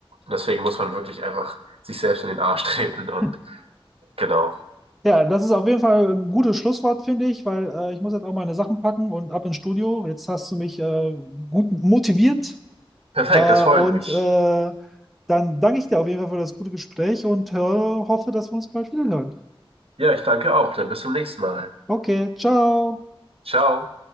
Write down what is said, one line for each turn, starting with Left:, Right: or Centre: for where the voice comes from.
Right: deswegen muss man wirklich einfach sich selbst in den Arsch <laughs> treten
Centre: <clears throat>
Right: und genau.
Centre: Ja, das ist auf jeden Fall ein gutes Schlusswort, finde ich, weil äh, ich muss jetzt auch meine Sachen packen und ab ins Studio. Jetzt hast du mich äh, gut motiviert
Right: Perfekt,
Centre: Äh,
Right: das freut
Centre: und
Right: mich.
Centre: äh, dann danke ich dir auf jeden Fall für das gute Gespräch und hör, hoffe, dass wir uns bald wieder hören.
Right: Ja, ich danke auch. Dann bis zum nächsten Mal.
Centre: Okay, ciao.
Right: Ciao.